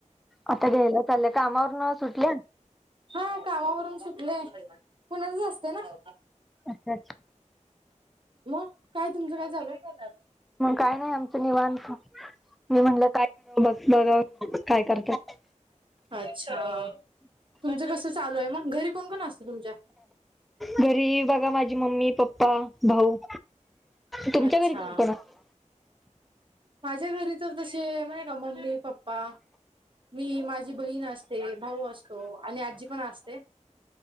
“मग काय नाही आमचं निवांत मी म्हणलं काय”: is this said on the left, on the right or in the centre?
Centre